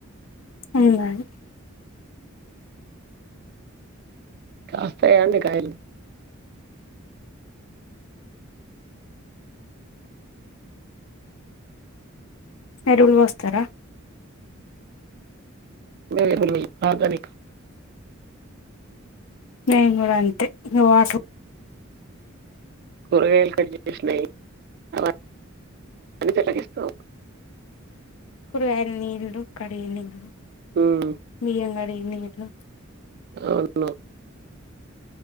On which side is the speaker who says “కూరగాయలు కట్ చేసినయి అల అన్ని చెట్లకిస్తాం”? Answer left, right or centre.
Right